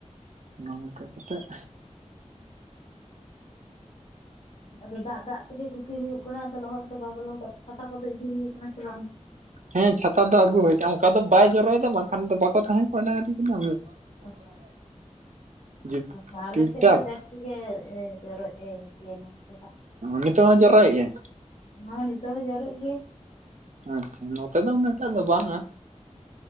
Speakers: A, on the right; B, on the left.
A: ᱱᱚ <unintelligible> ᱱᱚᱝᱠᱟ ᱠᱟᱛᱮ <unintelligible>
B: ᱟᱫᱚ ᱫᱟᱜ ᱫᱟᱜ ᱛᱮᱜᱮ ᱜᱩᱯᱤ ᱦᱩᱭᱩᱜ ᱠᱟᱱᱟ ᱟᱫᱚ ᱞᱚᱦᱚᱫ ᱫᱚ ᱵᱟᱵᱚ ᱞᱚᱦᱚᱫᱚᱜ ᱥᱟᱯᱷᱟ ᱠᱚᱫᱚ ᱤᱫᱤ ᱦᱩᱭ ᱠᱟᱱᱟ ᱥᱮ ᱵᱟᱝ
A: ᱦᱮᱸ ᱪᱷᱟᱛᱟ ᱫᱚ ᱟᱹᱜᱩ ᱦᱩᱭᱠᱚᱜᱼᱟ ᱚᱱᱠᱟ ᱫᱚ ᱵᱟᱭ ᱡᱚᱨᱚᱭᱮᱫᱟ ᱵᱟᱝᱠᱷᱟᱱ ᱫᱚ ᱵᱟᱠᱚ ᱛᱟᱦᱮᱸ ᱠᱚᱜᱼᱟ ᱰᱟᱝᱨᱤ ᱠᱟᱱᱟ
B: <unintelligible>
A: ᱡᱤᱯ
B: ᱟᱪᱪᱷᱟ ᱟᱞᱮ
A: ᱴᱤᱯᱴᱟᱯ
B: ᱥᱮᱫ ᱫᱚ ᱡᱟᱹᱥᱛᱤ ᱜᱮ ᱡᱚᱨᱚᱜ ᱮ <unintelligible>
A: ᱱᱤᱛᱚᱜ ᱦᱚᱸ ᱡᱚᱨᱚᱭᱮᱫᱼᱟᱭ
B: ᱦᱚᱸ ᱱᱤᱛᱚᱜ ᱦᱚᱸ ᱡᱚᱨᱚᱜ ᱜᱮ
A: ᱟᱪᱪᱷᱟ ᱱᱚᱛᱮ ᱫᱚ ᱩᱱᱟᱹᱜ ᱴᱟᱜ ᱫᱚ ᱵᱟᱝᱼᱟ